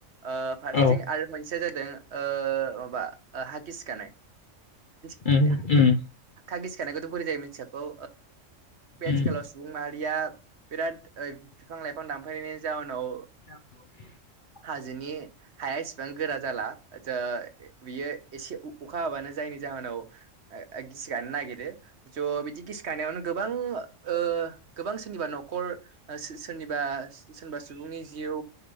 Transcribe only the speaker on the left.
औ
उम उम
उम
<inaudible>